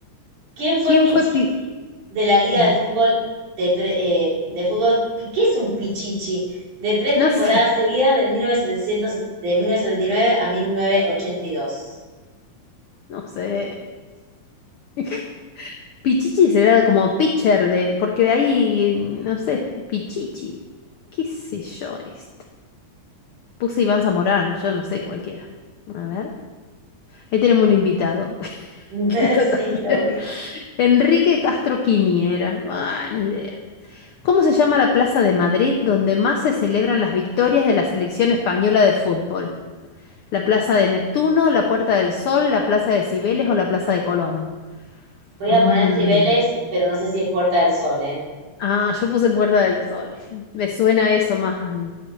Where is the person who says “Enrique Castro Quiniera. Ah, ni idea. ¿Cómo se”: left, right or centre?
Left